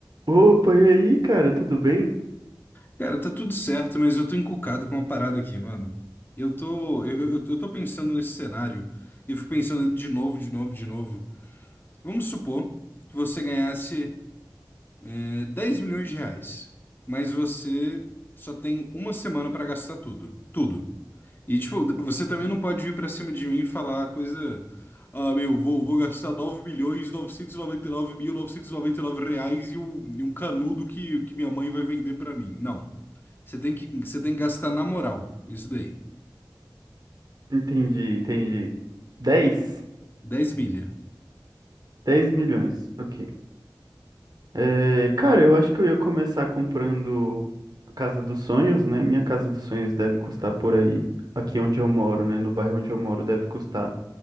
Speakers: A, on the right (about 60°); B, on the left (about 25°).
A: Opa, e aí, cara, tudo bem?
B: Cara, tá tudo certo, mas eu tô encucado com uma parada aqui, mano. Eu tô, eu, eu, eu tô pensando nesse cenário e eu fico pensando de novo, de novo, de novo. Vamos supor que você ganhasse, eh, 10 milhões de reais, mas você só tem uma semana pra gastar tudo. Tudo. E, tipo, você também não pode vir pra cima de mim e falar coisa. Ah, meu, vou, vou gastar nove milhões novecentos e noventa e nove mil novecentos e noventa e nove reais e um, e um canudo que, que minha mãe vai vender pra mim. Não. Você tem que, você tem que gastar na moral, isso daí.
A: Entendi, entendi. 10,
B: dez milha.
A: 10 milhões, ok. É, cara, eu acho que eu ia começar comprando a Casa dos Sonhos, né? Minha Casa dos Sonhos deve custar por aí, aqui onde eu moro, né? No bairro onde eu moro, deve custar